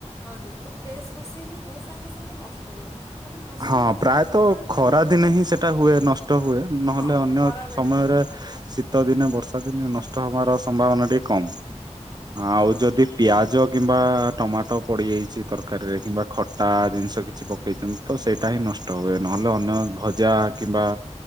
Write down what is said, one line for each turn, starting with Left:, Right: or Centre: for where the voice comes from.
Left: ଯେହେତୁ ଫ୍ରେଶସ୍ ରୋଷେଇ ହେଇଥାଏ ସାଙ୍ଗେ ସାଙ୍ଗେ ନଷ୍ଟ ହୁଏନି ତାପରେ ରୋଷେଇ
Right: ହଁ
Left: ନଷ୍ଟ
Right: ପ୍ରାୟତଃ
Left: କେତେବେଳେ ହୁଏ
Right: ଖରା
Left: ଯେତେବେଳେ
Right: ଦିନେ ହିଁ ସେଟା ହୁଏ, ନଷ୍ଟ ହୁଏ ନହେଲେ
Left: ହଁ
Right: ଅନ୍ୟ
Left: ଖରା ବେଳେ
Right: ସମୟରେ ଶୀତ ଦିନେ ବର୍ଷା ଦିନ ନଷ୍ଟ ହବାର ସମ୍ଭାବନା ଟିକେ କମ
Left: ହଁ
Right: ଆଉ ଯଦି ପିଆଜ କିମ୍ବା ଟମାଟୋ ପଡିଯାଇଛି ତରକାରୀରେ କିମ୍ବା ଖଟା ଜିନିଷ କିଛି ପ ଦେଇଛନ୍ତି ତ ସେଇଟା ହିଁ ନଷ୍ଟ ହୁଏ ନହେଲେ ଅନ୍ୟ ଭଜା କିମ୍ବା